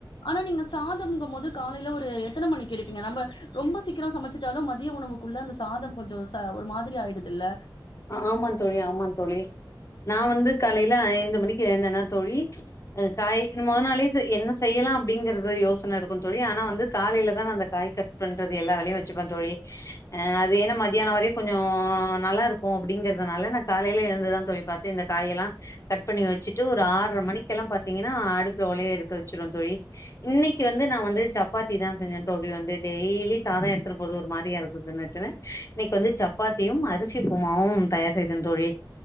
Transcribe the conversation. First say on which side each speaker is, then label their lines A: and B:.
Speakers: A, on the left; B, on the left.
A: ஆனா நீங்க சாதம்ங்கும் போது காலையில ஒரு எத்தன மணிக்கு எடுப்பிங்க நம்ப ரொம்ப சீக்கிரோ சமச்சு ட்டாலு மதிய உணவுக்குள்ள அந்த சாதம் கொஞ்சோ ச ஒரு மாதிரி ஆயிடுது இல்ல
B: ஆமா தோழி ஆமா தோழி நா வந்து காலையில ஐந்து மணிக்கு எழுந்தேனா தோழி காய் மொத நாளே என்ன செய்ய லா அப்படிங்கிறது யோசனை இருக்கு தோழி ஆனா வந்து காலையிலதா நா அந்த காய கட் பண்றது எல்லா வேலையு வெச்சுப்ப தோழி அ அது ஏனா மத்யானோ வரையு கொஞ்சோ நல்லாருக் கு அப்படிங்கிறதுனால நா காலையில எழுந்துதா தோழி பாத்து இந்த காயெல்லா கட் பண்ணி வெச்சுட்டு ஒரு ஆறர மணிக்கெலா பாத்திங்கனா அடுப்புல ஒலைய எடுத்து வெச்சுருவே தோழி இன்னைக்கு வந்து நா வந்து சப்பாத்திதா செஞ்ச தோழி வந் து டெய்லி சாத எடுத்துட் போறது ஒரு மாரியா இருக்குதுனுட்டுனு இன்னைக்கு வந்து சப்பாத்தியும் அரிசி குமாவு தயார் செய்த தோழி